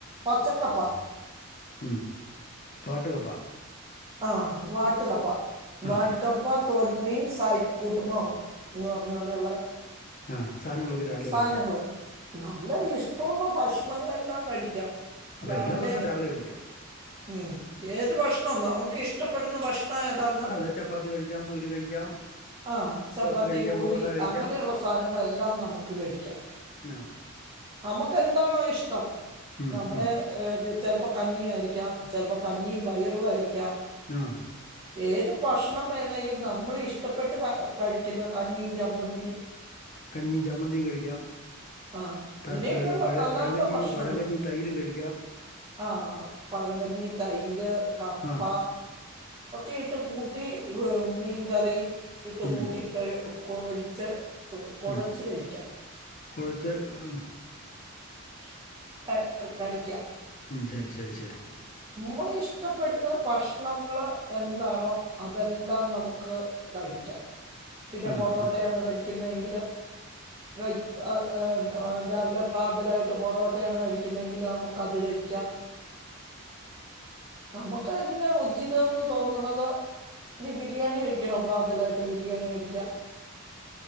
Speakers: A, on the right; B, on the left.
A: പച്ചക്കപ്പ
B: ഉം വാട്ടുകപ്പ
A: ആഹ് വാട്ട് കപ്പ വാട്ട്
B: ആ
A: കപ്പ ത് തോട്ട്മീൻ സായിപ് കൂട്ടുമോ എന്ന് പറഞ്ഞ പോലെയുള്ള
B: ആഹ് സാധനങ്ങളൊക്കെ രാവിലെ
A: സാധനങ്ങൾ
B: കഴിക്കാം
A: നല്ല ഇഷ്ടമുള്ള ഭക്ഷണങ്ങളെല്ലാം കഴിക്കാം
B: അപ്പൊ
A: രാവിലെ
B: എല്ലാ ഭക്ഷണവും കഴിക്കാം
A: ഉം ഏത് ഭക്ഷണാ നമുക്ക് ക്കെ ഇഷ്ടപ്പെടുന്ന ഭക്ഷ ഏതാന്ന്
B: അതെ ചപ്പാത്തി കഴിക്കാം പൂരി കഴിക്കാം
A: ആഹ് ചപ്പാത്തി
B: ദോശ കഴിക്കാം
A: ഭൂരി
B: പൊറോട്ട കഴിക്കാം
A: അങ്ങനെയുള്ള സാധനങ്ങളെല്ലാം നമുക്ക് ക്കെ കഴിക്കാം
B: ആ
A: നമുക്കന്താണോ ഇഷ് <unintelligible>
B: ഉം
A: നമ്മുടെ
B: ഉം
A: <unintelligible> ചിലപ്പോൾ കഞ്ഞിയ ആയിരിക്കാം ചിലപ്പോൾ കഞ്ഞിയും പയറുവായിരിക്കാം
B: ആഹ്
A: ഏത് ഭാഷ ണമേണയിൽ നമ്മൾ ഇഷ്ടപ്പെട് കഴിക്കുന്ന കഞ്ഞിയും ചമ്മന്തി
B: കഞ്ഞിയും ചമ്മന്തിയും കഴിക്കാം.
A: ആഹ് ഇങ്ങനെയൊക്കെയൊള്ള
B: ത- പ- പഴ
A: നല്ല
B: പഴങ്കഞ്ഞിയും
A: നല്ല ഭക്ഷണങ്ങള്
B: പഴങ്കഞ്ഞിയും തൈരും കഴിക്കാം
A: ആഹ് പഴങ്കഞ്ഞി തൈ ര് കപ്പ
B: ആ
A: ഒക്കെ ഇട്ട് കൂട്ടി ഏഹ് മീൻകറി ഇട്ട്
B: ഉം
A: കൂട്ടി കഴി ക്കൊഴിച്ച് കൊഴച്ച്
B: ഉം
A: കഴിക്കാം.
B: കുഴച്ച് ഏഹ്
A: <unintelligible> കഴിക്കാം
B: ശെരി ശെരി ശെരി
A: നമ്മൾ ഇഷ്ടപ്പെടുന്ന ഭക്ഷണങ്ങള് എന്താണോ അതെല്ലാം നമുക്ക് കഴിക്കാം. പിന്നെ
B: ആ
A: പൊറോട്ടയാണ്
B: ആ
A: കഴി ക്കുന്നതെങ്കില് <unintelligible> ഏഹ് ഏഹ് രാവിലെ ഫ്രാതലായിട്ട് പൊറോട്ടയാണ് കഴിക്കുന്നെങ്കില് നമുക്കത് കഴിക്കാം. നമുക്കെന്നാ ഉചിതെന്ന് തോന്നണത് ഇനി ബിരിയാണി കഴിക്കണോ പ്രാതലായിട്ട്, ബിരിയാണി കഴിക്കാം,